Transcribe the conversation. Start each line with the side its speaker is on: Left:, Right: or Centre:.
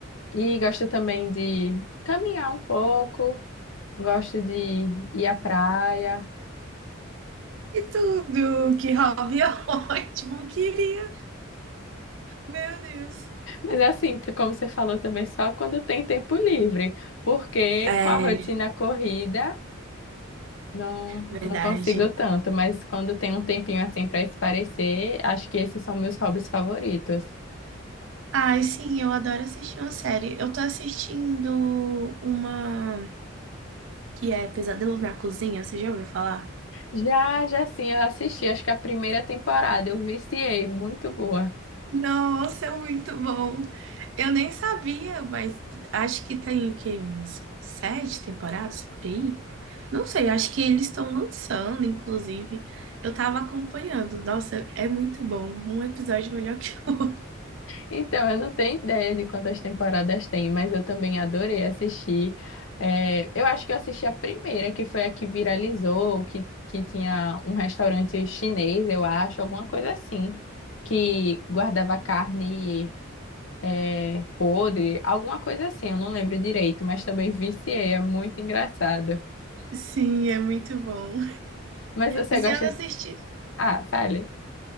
Left: E gosto também de caminhar um pouco, gosto de ir à praia.
Right: Que tudo! Que hobby <laughs> ótimo! Queria! Meu Deus!
Left: Mas assim, tu- como você falou também, só quando tem tempo livre, porque
Right: É,
Left: com a rotina corrida. Não,
Right: verdade.
Left: não consigo tanto, mas quando tem um tempinho assim para espairecer, acho que esses são meus hobbies favoritos.
Right: Ai, sim, eu adoro assistir uma série. Eu tô assistindo uma que é Pesadelo na Cozinha, você já ouviu falar?
Left: Já, já sim, eu assisti, acho que a primeira temporada, eu viciei, muito boa.
Right: Nossa, é muito bom. Eu nem sabia, mas acho que tem o quê? Umas sete temporadas por aí? Não sei, acho que eles estão lançando, inclusive. Eu tava acompanhando. Nossa, é muito bom. Um episódio melhor que o outro.
Left: Então, eu não tenho ideia de quantas temporadas tem, mas eu também adorei assistir. É, eu acho que eu assisti a primeira, que foi a que viralizou, que, que tinha um restaurante chinês, eu acho, alguma coisa assim, que guardava carne. é, podre, alguma coisa assim, eu não lembro direito, mas também viciei, é muito engraçado.
Right: Sim, é muito bom.
Left: Mas você
Right: E você
Left: gosta
Right: anda
Left: de...
Right: assistindo?
Left: Ah, fale.